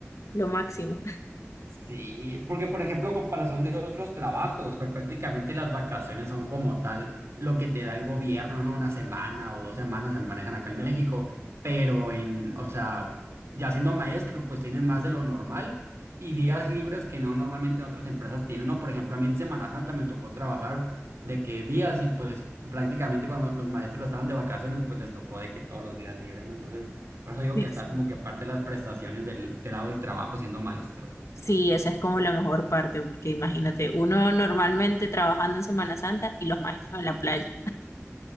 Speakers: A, on the left; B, on the right.
A: lo máximo.
B: Sí, porque por ejemplo, comparación de otros trabajos, pues, prácticamente las vacaciones son como tal lo que te da el gobierno, ¿no? Una semana o dos semanas se manejan acá en México, pero en, o sea, ya siendo maestro, pues tienes más de lo normal y días libres que no normalmente en otras empresas tienen, ¿no? Por ejemplo, a mí en Semana Santa me tocó trabajar de que días y pues prácticamente cuando los maestros estaban de vacaciones, pues les tocó de que todos los días libres, ¿no? Entonces, por eso digo
A: Exacto.
B: que está como que parte de las prestaciones del, del lado del trabajo siendo maestro. pues.
A: Sí, esa es como la mejor parte, porque imagínate, uno normalmente trabajando en Semana Santa y los maestros en la playa.